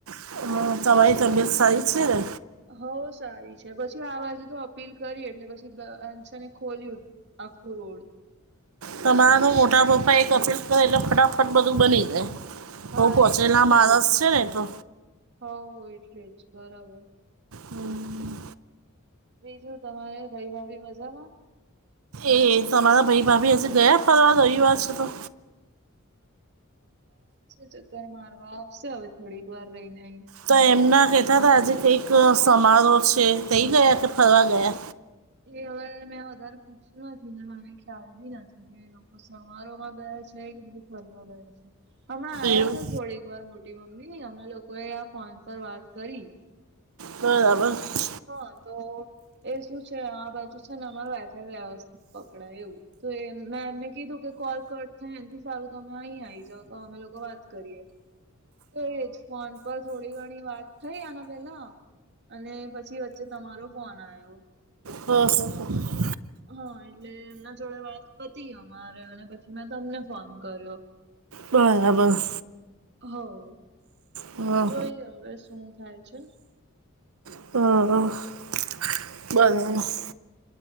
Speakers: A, on the right; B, on the right.
A: અમ, તમારી તબિયત સારી છે ને?
B: હવે સારી છે પછી આ બાજુ તો અપીલ કરી એટલે પછી અંશને ખોલ્યું. આખું રોડ.
A: તમારા મોટા પપ્પા એક અપીલ કરે એટલે ફટાફટ બધું બની જાય.
B: હા
A: બહુ પહોંચેલા માણસ છે ને તો.
B: હ એટલે જ બરાબર.
A: હમ.
B: બીજું તમારે ભાઈભાભી મજામાં?
A: એ તમારા ભાઈ ભાભી હજુ ગયા ફરવા રવિવાર છે તો?
B: ચક્કર મારવા આવશે હવે થોડીક વાર રહીને.
A: તો એમના કહેતા હતા આજે કંઈક સમારોહ છે તેઈ ગયા કે ફરવા ગયા?
B: એ હવે મેં વધારે પૂછ્યું નથી ને મને ખ્યાલ બી નથી કે એ લોકો સમારોહમાં ગયા છે કે બીજ ફરવા ગયા છે. હમણાં આ
A: એવું
B: યા તો થોડીક વાર મોટી મમ્મી અમે લોકોએ આ ફોન પર વાત કરી.
A: બરાબર.
B: હા તો એ શું છે આ બાજુ છે ને અમાર વાઇફાઇ વ્યવસ્થિત પકડાય એવું. તો એ ના કીધું કે કોલ કટ થાય એથી સારું તમે અહી આવી જાવ તો અમે લોકો વાત કરીએ. તો એજ ફોન પર થોડી ઘણી વાત થઈ આના પેલા, અને પ પછી વચ્ચે તમારો ફોન આવ્યો.
A: હ હ <unintelligible>
B: હા એટલે એમના જોડે વાત પતી અમારે અને પછી મેં તમને ફોન કર્યો. <inaudible>
A: બરાબર.
B: હવ,
A: હમ,
B: જોઈએ હવે શું થાય છે.
A: હ હ, બરાબર.